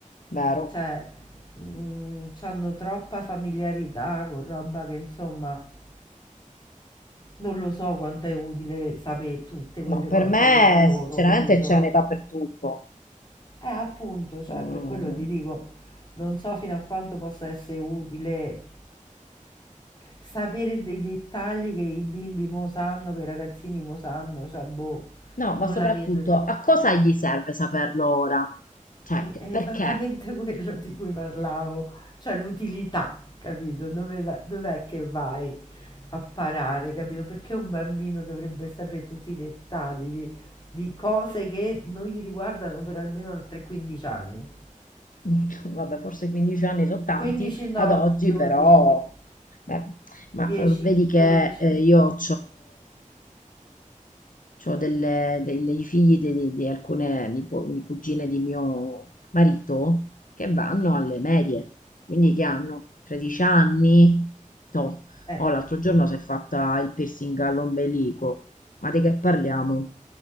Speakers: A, on the left; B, on the left.
A: vero.
B: Cioè, mm, c'hanno troppa familiarità con roba che insomma, non lo so quanto è utile sapere tutte quelle
A: No,
B: cose
A: per me
B: all'età loro,
A: sinceramente
B: capito?
A: c'è un'età per tutto.
B: Eh, appunto, cioè
A: Mm.
B: per quello ti dico, non so fino a quanto possa essere utile sapere dei dettagli che i bimbi mo sanno, che i ragazzini mo sanno, cioè boh,
A: No, ma
B: non
A: soprattutto
B: la vedo.
A: a cosa gli serve saperlo ora? Cioè,
B: È,
A: che-
B: è
A: perché?
B: esattamente <laughs> quello di cui parlavo, cioè l'utilità, capito? Dove va- dov'è che vai a parare, capito? Perché un bambino dovrebbe sapere tutti i dettagli di cose che non gli riguardano per almeno 3-15 anni?
A: <laughs> Vabbè, forse 15 anni sono tanti
B: 15 no,
A: ad oggi,
B: 12,
A: però, beh, ma
B: 10,
A: eh, vedi che
B: 12.
A: eh, io ho delle, delle- dei figli di, di- di alcune nipo- di cugine di mio marito che vanno alle medie, quindi che hanno 13 anni. Toh.
B: Eh,
A: Oh, l'altro giorno
B: sì.
A: si è fatta il piercing all'ombelico, ma di che parliamo?